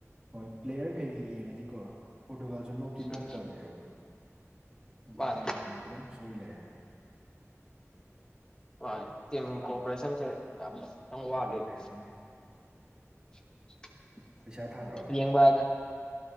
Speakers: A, on the right; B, on the left.
A: ꯍꯣꯏ ꯄ꯭ꯂꯦꯌꯔ ꯀꯩꯒꯤ ꯌꯦꯡꯉꯗꯤꯀꯣ ꯄꯣꯔꯇꯨꯒꯜ ꯁ ꯅꯣꯞꯇꯤ ꯅꯣꯞꯇꯕꯅꯦꯕ
B: ꯎꯝ
A: ꯑꯗꯨ
B: ꯃꯥꯅꯦ
A: ꯈꯪꯗꯦ ꯃꯣꯏ ꯑꯗꯨꯝ ꯁꯣꯏ ꯂꯩꯔꯦ
B: ꯃꯥꯅꯦ ꯇꯤꯝ ꯀꯣꯑꯣꯄꯔꯦꯁꯟꯁꯦ ꯌꯥꯝꯅ ꯋꯥꯠꯂꯤꯕ
A: ꯀꯃꯥꯏꯅ ꯇꯧꯔꯤꯅꯣ ꯈꯪꯗꯦ
B: <unintelligible>
A: ꯄꯩꯁꯥ ꯊꯥꯗ꯭ꯔꯣ
B: ꯌꯦꯡꯕ ꯍꯥꯏꯗꯨꯅꯤ